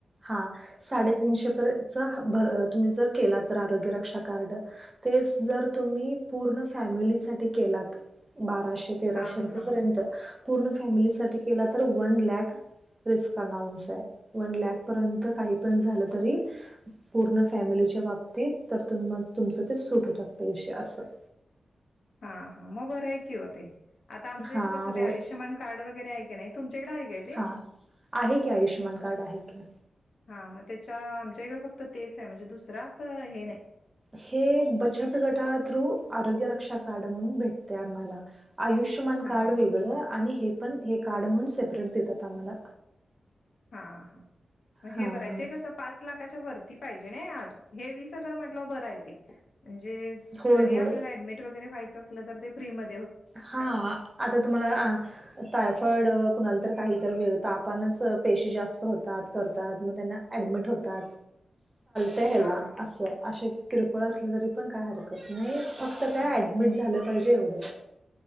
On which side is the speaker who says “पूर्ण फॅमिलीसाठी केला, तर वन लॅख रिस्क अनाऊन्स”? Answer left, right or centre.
Right